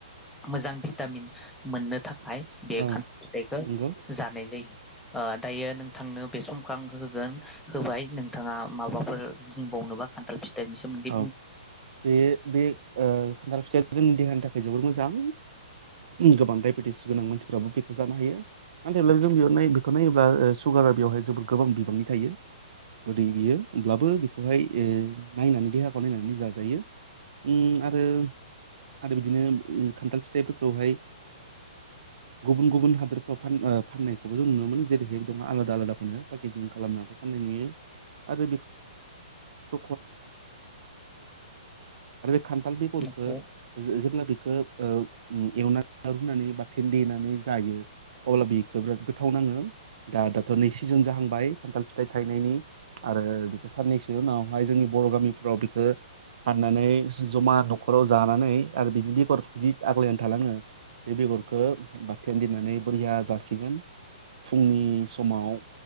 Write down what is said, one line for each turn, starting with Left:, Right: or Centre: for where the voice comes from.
Centre: मोजां भिटामिन। मोननो थाखाय बे
Right: औ
Centre: खान्थाल फिथाइखौ
Right: नंगौ
Centre: जानाय जायो। दायो। नोंथांनो बे सम होगोन होबाय नोंथाङा माबाफोर बुंबावनोबा खान्थाल फिथाइनि सोमोन्दै
Right: औ
Centre: बुं
Right: बे बे खान्थाल फिथाइ जोंनि देहानि थाखाय जोबोर मोजां गोबां डायबेटिस गोनां मानसिफ्राबो बेखौ जानो हायो नाथायब्ला जों बेयावनाय बेखौ नायोब्ला सुगारा बेवहाय जोबोर गोबां बिबांनि थायो गोदै बियो होनब्लाबो। बेखौहाय नायनानै देहाखौ नायनानै जाजायो। <inaudible> आरो आरो बिदिनो खान्थाल फिथाइफोरखौहाय गुबुन गुबुन हादोरफ्राव फाननायखौबो जों नुनो मोनो जेरैहाय दं आलादा आलादा फानो पेकेजिं खालामनााबा फाननाय नुयो आरो बे। <inaudible> खान्थाल बेगरखो
Centre: नंगौ
Right: जे-जेब्ला बेखो ओ ओम एवना था रुनानै बाथान देनानै जायो अब्ला बेखौ बिराद गोथाव नाङो दा-दाथ' नै सिजोन जाहांबाय खान्थाल फिथाइ थायनायनि आरो। साननैसो उनावहाय जोंनि बर' गामिफ्राव बेखौ, हाननानै जमा न'खराव जानानै आरो बिनि बेगर जि आग्लायना थालाङो बे बेगरखौ बााथेन दोननानै बोरिया जासिगोन। फुंनि समाव